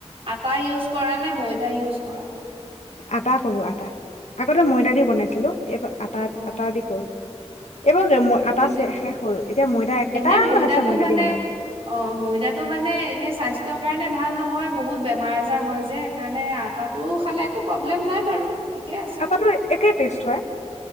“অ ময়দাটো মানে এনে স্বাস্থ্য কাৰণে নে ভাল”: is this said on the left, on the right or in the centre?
Right